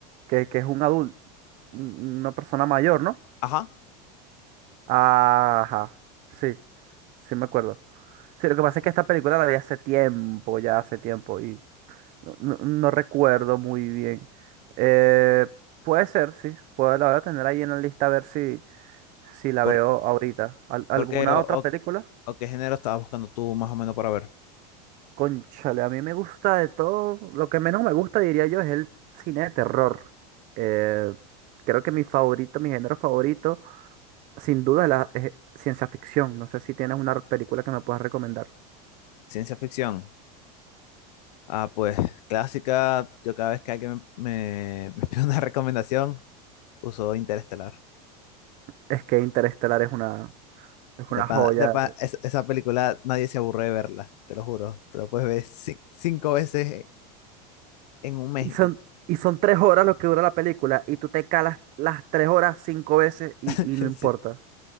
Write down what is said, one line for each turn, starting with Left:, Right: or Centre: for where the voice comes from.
Right: que, que es un adulto, una persona mayor, ¿no?
Left: Ajá.
Right: Ajá, sí, sí me acuerdo. Sí, lo que pasa es que esta película la vi hace tiempo, ya hace tiempo, y No, no- no recuerdo muy bien. Eh, puede ser, sí. Puedo, la voy a tener ahí en la lista a ver si, si la
Left: ¿Por,
Right: veo ahorita. Al- ¿alguna
Left: por qué, o, o
Right: otra película?
Left: qué- o qué género estabas buscando tú más o menos para ver?
Right: Cónchale, a mí me gusta de todo. Lo que menos me gusta, diría yo, es el cine de terror. Eh, creo que mi favorito, mi género favorito, sin duda, es la, es ciencia ficción. No sé si tienes una película que me puedas recomendar.
Left: Ciencia ficción. Ah, pues clásica, yo cada vez que alguien me, me, <laughs> me pide una recomendación, uso Interestelar.
Right: Es que Interestelar es una, es
Left: De
Right: una
Left: pana-
Right: joya.
Left: de pana- es- esa película nadie se aburre de verla, te lo juro. Te lo puedes ver ci- cinco veces en un mes.
Right: Y son,
Left: y-
Right: y son tres horas lo que dura la película y tú te calas las tres horas cinco veces y,
Left: <laughs>
Right: y no importa.
Left: sí.